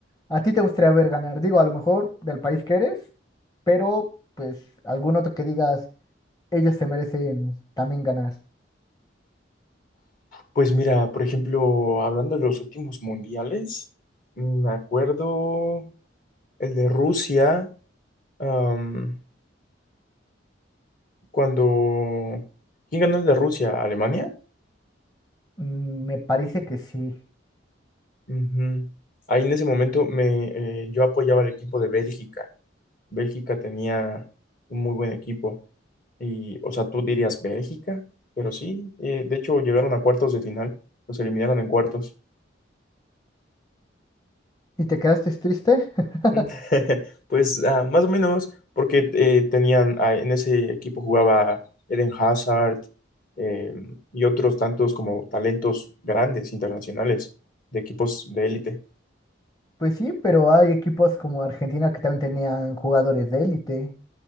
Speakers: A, on the left; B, on the left.
A: ¿A ti te gustaría ver ganar? Digo, a lo mejor del país que eres, pero pues algún otro que digas, ellos se merecen también ganar.
B: Pues mira, por ejemplo, hablando de los últimos mundiales, me acuerdo el de Rusia, am, cuando... ¿Quién ganó el de Rusia? ¿Alemania?
A: Mm, Me parece que sí.
B: Ujú. Ahí en ese momento me, eh, yo apoyaba al equipo de Bélgica. Bélgica tenía un muy buen equipo. Y, o sea, tú dirías Bélgica, pero sí, eh, de hecho llegaron a cuartos de final, los eliminaron en cuartos.
A: ¿Y te quedaste triste? <laughs>
B: Mm, <laughs> Pues ah, más o menos, porque eh, tenían, ah, en ese equipo jugaba Eden Hazard eh, y otros tantos como talentos grandes, internacionales, de equipos de élite.
A: Pues sí, pero hay equipos como Argentina que también tenían jugadores de élite.